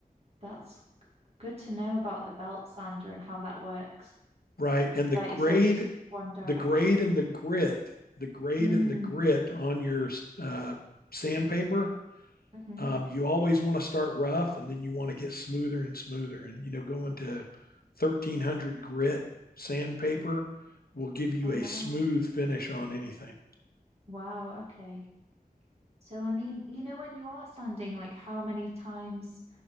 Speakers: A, on the right; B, on the left.
A: that's good to know about the belt sander and how that works.
B: right? And the
A: Like
B: grade,
A: you said, just one direction.
B: the grade and the grit, the grade
A: Mm,
B: and the grit on your uh, sandpaper,
A: mm-hmm.
B: um, you always want to start rough and then you want to get smoother and smoother. And, you know, going to 1300 grit sandpaper will give you
A: Oh,
B: a
A: wow.
B: smooth finish on anything.
A: Wow. Okay. So, I mean, you know, when you are sanding, like how many times